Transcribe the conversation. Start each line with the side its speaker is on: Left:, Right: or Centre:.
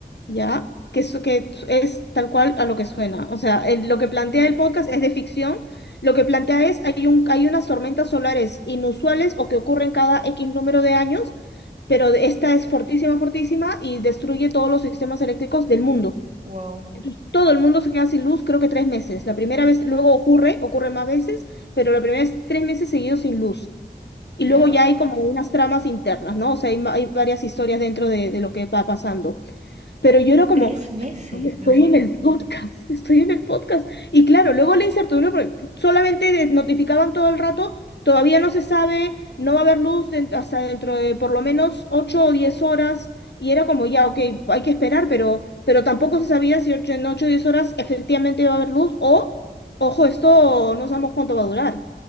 Left: ¿ya? Que, su- que su- es tal cual a lo que suena. O sea, el- lo que plantea el podcast es de ficción. Lo que plantea es, hay un, hay unas tormentas solares inusuales o que ocurren cada X número de años, pero de- esta es fortísima, fortísima y destruye todos los sistemas eléctricos del mundo.
Right: wow,
Left: Entonces, todo el mundo se queda sin luz, creo que tres meses. La primera vez, luego ocurre, ocurre más veces, pero la primera es tres meses seguidos sin luz. Y
Right: ya.
Left: luego ya hay como unas tramas internas, ¿no? O sea, hay, ma- hay varias historias dentro de, de lo que va pasando. Pero yo era como,
Right: Tres meses,
Left: Oye, Estoy
Right: me muero.
Left: en el podcast, estoy en el podcast. Y claro, luego la incertidumbre, porque solamente de- notificaban todo el rato, todavía no se sabe, no va a haber luz den- hasta dentro de por lo menos 8 o 10 horas, y era como ya, ok, hay que esperar, pero, pero tampoco se sabía si ocho- en 8 o 10 horas efectivamente iba a haber luz o, ojo, esto no sabemos cuánto va a durar.